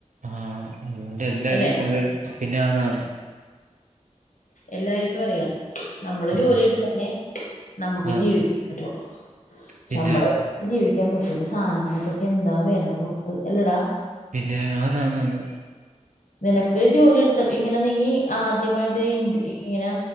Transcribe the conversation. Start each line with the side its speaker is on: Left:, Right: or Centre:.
Right: ആ അതുകൊണ്ട് എല്ലാരും
Left: അല്ലെ
Right: ഒരോരു പിന്നെ ആന്ന് ആന്ന്
Left: എല്ലാര്ക്കും അറിയ നമ്മള്
Right: ആ
Left: ജോലി എടുത്താലേ നമ്മക്ക്
Right: ആ
Left: ജീവിക്കാൻ പറ്റുയൊള്ളുന്ന്
Right: പിന്നെ
Left: ശംമ്പളം <unintelligible> ജീവിക്കാ ക്യാ പറ്റോ ഇപ്പം സനങ്ങൾക്കൊക്കെ എന്താ വെല പൊർത്ത് എല്ലെഡാ
Right: പിന്നെ ആന്നാന്നാന്ന്
Left: നിനക്ക് ജോലി എടുത്ത് ഇങ്ങനെ നിങ്ങി ആദ്യമായിട്ട് ഇന്റ മീനാ